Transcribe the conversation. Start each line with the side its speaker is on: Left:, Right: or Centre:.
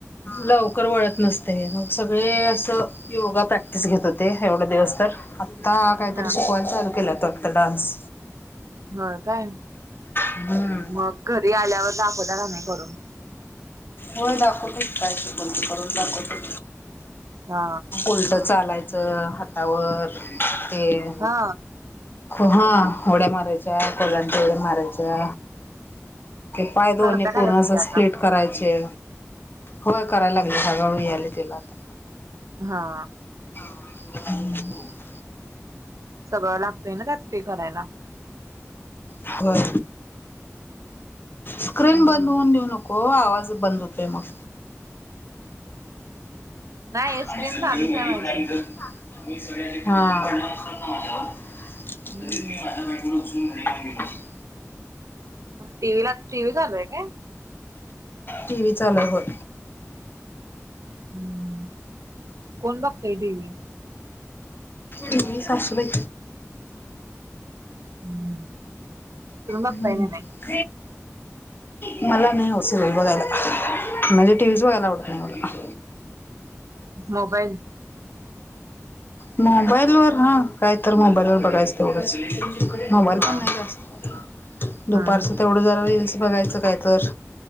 Left: लवकर वळत नसतयं, मग सगळे असं योगा प्रॅक्टिस घेत होते एवढे दिवस तर. आत्ता काहीतरी
Right: हा
Left: शिकवायला चालू केला होता वाटतं डान्स.
Right: हो काय,
Left: हम्म
Right: मग घरी आल्यावर दाखवता का नाही करून?
Left: होय दाखवतो की काय शिकवल ती करून दाखवतो.
Right: हा
Left: उलटं चालायचं हातावर तेण.
Right: हा
Left: हा ऊड्या मारायच्या कोलांटी ऊड्या मारायच्या पाय दोणी
Right: करता
Left: पूर्ण
Right: का तसं
Left: असं
Right: ते आता
Left: स्ट्रेट करायचे होय
Right: हम्म
Left: करायला लागले हळूहळू यायलय तिला आता.
Right: हा.
Left: <inaudible>
Right: सगळं लागतंय ना त्यात ते करायला?
Left: होय, स्क्रीन
Right: हम्म
Left: बंद होऊन देऊ नको. हो आवाज बंद होतोय मग.
Right: नाही
Left: <inaudible>
Right: स्क्रीन चालूच आहे माझी
Left: हा. <inaudible>
Right: हम्म टीव्हीला टीव्ही चालूय काय?
Left: टीव्ही चालूय होय.
Right: <inaudible> कोण बघतय टीव्ही
Left: टीव्ही सासूबाई
Right: हम्म तूम्ही बघताय
Left: हम्म.
Right: का नाय?
Left: <inaudible> मला नाही हऊस सिरियल बघायला म्हणजे टीव्हीच बघायला आवडत नाही मला.
Right: मोबाईल
Left: मोबाईल वर हा काय तर मोबाईल वर बघायचं तेवढंच. मोबाईल
Right: हा
Left: पण नाही जास्त दुपारचं
Right: हा हा
Left: तेवढं जरा रील्स बघायचं काय तर.